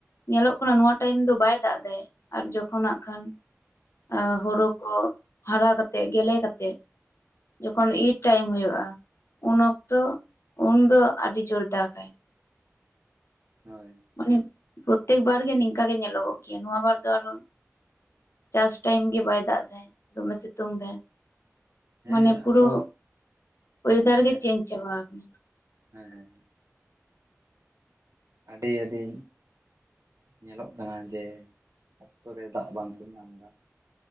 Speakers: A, on the left; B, on the right.
A: ᱧᱮᱞᱚᱜ ᱠᱟᱱᱟ ᱱᱚᱣᱟ ᱴᱟᱭᱤᱢ ᱫᱚ ᱵᱟᱭ ᱫᱟᱜ ᱮᱫᱟ ᱟᱨ ᱡᱚᱠᱷᱚᱱ ᱱᱟᱜ ᱠᱷᱟᱱ ᱾
B: ᱦᱳᱭ
A: ᱦᱩᱲᱩ ᱠᱚ ᱦᱟᱨᱟ ᱠᱟᱛᱮᱜ ᱜᱮᱞᱮ ᱠᱟᱛᱮᱜ ᱾ ᱡᱚᱠᱷᱚᱱ ᱤᱨ ᱴᱟᱭᱤᱢ ᱦᱳᱳᱜᱼᱟ ᱩᱱ ᱚᱠᱛᱚ ᱩᱱ ᱫᱚ ᱟᱹᱰᱤ ᱡᱳᱨ ᱫᱟᱜᱟᱭ ᱾
B: ᱦᱳᱭ ᱾
A: ᱢᱟᱱᱮ ᱯᱨᱚᱛᱮᱠ ᱵᱟᱨ ᱜᱮ, ᱱᱤᱝ ᱠᱟᱜᱮ ᱧᱮᱞᱚᱜᱚᱜ ᱜᱮᱭᱟ, ᱱᱚᱣᱟ ᱵᱟᱨ ᱫᱚ ᱟᱨᱦᱚᱸ ᱪᱟᱥ ᱴᱟᱭᱤᱢ ᱜᱮ ᱵᱟᱭ ᱫᱟᱜ ᱫᱟ, ᱫᱚᱢᱮ ᱥᱤᱛᱩᱝ ᱫᱟᱭ᱾
B: ᱦᱮᱸ
A: ᱢᱟᱱᱮ ᱯᱩᱨᱟᱹ
B: ᱟᱵᱚ
A: ᱚᱭᱮᱫᱟᱨ
B: ᱦᱮᱸ
A: ᱜᱮ, ᱪᱮᱧᱡ ᱪᱟᱵᱟ ᱠᱟᱱᱟ᱾
B: ᱦᱮᱸ ᱦᱮᱸ <unintelligible> ᱟᱹᱰᱤ, ᱟᱹᱰᱤ, ᱧᱮᱞᱚᱜ ᱠᱟᱱᱟ ᱡᱮ, ᱚᱠᱛᱚ ᱨᱮ ᱫᱟᱜ ᱵᱟᱝ ᱠᱚ ᱧᱟᱢ ᱫᱟ᱾